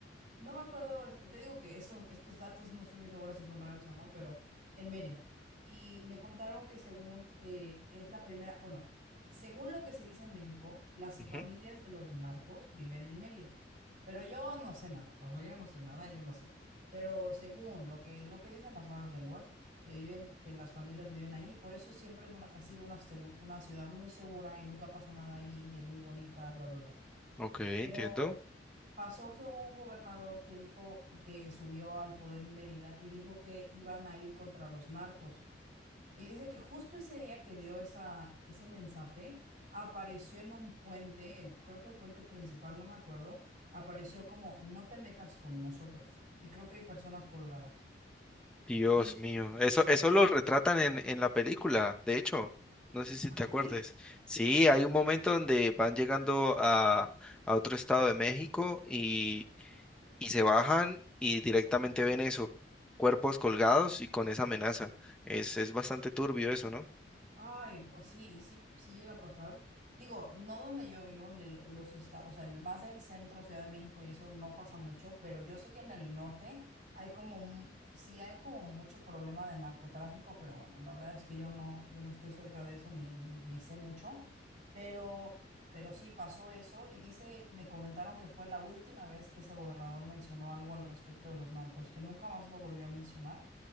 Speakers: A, on the right; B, in the centre.
A: No me acuerdo, es- te digo que esos, estos datos no estoy muy segura si son reales o no, pero en Mérida. Y me contaron que según eh, es la primera, bueno, según lo que se dice en México, las
B: Ujú,
A: familias de los narcos viven en Mérida. Pero yo no sé nada, o sea, yo no sé nada, yo no sé. Pero según lo que, lo que dicen las malas lenguas, que viven, que las familias viven ahí, por eso siempre es una, ha sido una, segu- una ciudad muy segura y nunca pasa nada ahí, y es muy bonita, bla, bla, bla.
B: Ok,
A: Pero
B: entiendo.
A: pasó que hubo un gobernador que dijo que subió al poder en Mérida y dijo que iban a ir contra los narcos. Y dice que justo ese día que dio esa, ese mensaje, apareció en un puente, el, creo que el puente principal, no me acuerdo, apareció como no te metas con nosotros. Y creo que hay personas colgadas.
B: Dios
A: Y,
B: mío, eso, eso lo retratan en, en la película, de hecho, no sé si
A: ¿ah,
B: te acuerdes.
A: sí?
B: Sí, hay un momento donde van llegando a, a otro estado de México y y se bajan y directamente ven eso, cuerpos colgados y con esa amenaza. Es, es bastante turbio eso, ¿no?
A: Ay, pues sí, y sí, sí llega a pasar. Digo, no donde yo vivo, ni lo- los estados, o sea, el- más del centro, Ciudad de México, y eso no pasa mucho, pero yo sé que en el norte hay como, mu- sí hay como mucho problema de narcotráfico, pero bueno, la verdad es que yo no, yo no estoy cerca de eso, ni, ni, ni sé mucho, pero, pero sí pasó eso, y dice, me comentaron que fue la última vez que ese gobernador mencionó algo al respecto de los narcos, que nunca más lo volvió a mencionar